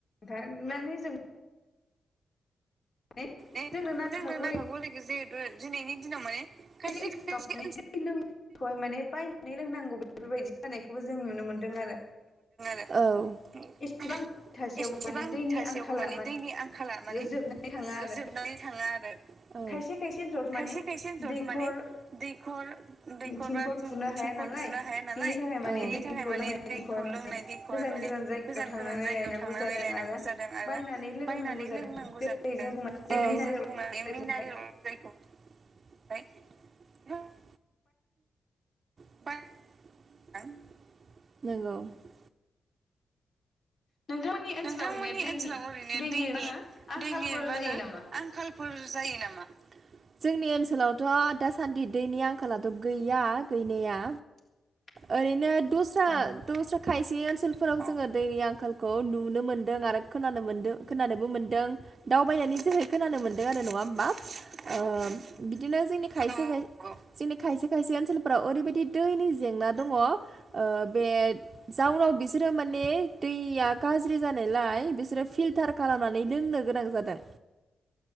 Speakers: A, on the left (about 55°); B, on the right (about 50°).
A: थारमाने जों माने
B: ए
A: नांखागौ
B: जोंनो नाखा हलैग जिहेथु दिनैनि दिनाव माने खायसे
A: ओनसोलाव
B: खायसे
A: माने दै लोंनायखौहाय माने बायनानै लोंनांगौ बेफोरबायदि जानायखौबो जों नुनो मोनदों आरो
B: <unintelligible> <unintelligible>
A: एसेबां थासेयाव
B: औ एसेबांथासेयावबो
A: माने दैनि आंखाला
B: माने दैनि आंखाला माने
A: जोबनानै थाङा आरो
B: जोबनानै थाङा आरो औ
A: खायसे खायसे ओनसोलावथ' माने
B: खायसे खायसे ओनसोलाव
A: दैखर
B: थारमाने दैखर दैखर
A: थिंखल
B: बा
A: खुरनो हाया
B: थिंखल
A: नालाय
B: खुनो हाया नालाय
A: बिनि
B: औ
A: थाखाय माने
B: बेनि
A: दैखौ
B: थाखाय माने
A: लोंनाय
B: दैखौ
A: दैखौहाय
B: लोंनाय दैखौहाय
A: गोजान
B: माने
A: गोजान जायगायाव
B: गोजान
A: थांनानै
B: गोजान - जायगायाव
A: लायनांगौ
B: थांनानै
A: जादों
B: लायनांगौ
A: आरो
B: जादों आरो
A: बायनानै लोंनांगौ
B: बायनानै
A: जादों
B: लोंनांगौ जादों
A: जेरै
B: <unintelligible>
A: जों बुंनो मिनारेल दैखौ
B: <unintelligible>
A: नोंथांमोननि ओनसोलाव
B: नोंथांमोननि
A: ओरैनो दैनि
B: ओनसोलाव ओरैनो दैनि
A: मा होनो आंखालफोर
B: दैनि मा
A: जायो
B: होनो
A: नामा?
B: आंखाल फोर जायो नामा? जोंनि ओनसोलावथ' दासान्दि दैनि आंखालाथ' गैया गैनाया
A: <inaudible>
B: ओरैनो दस्रा
A: औ
B: दस्रा खायसे ओनसोलफोराव जोङो दैनि आंखालखौ नुनो मोनदों आरो खोनानो खोनानोबो मोनदों दावबाय जो खोनानो मोन्दों आरो नङा होमबा ओ बिदिनो जोंनि खायसे खाय जोंनि खायसे खायसे ओनसोलफ्राव ओरैबायदि दैनि जेंना दङ ओ बे जाउनाव बिसोरो माने दैया गाज्रि जानायलाय बिसोरो फिल्टार खालामनानै लोंनो गोनां जादों।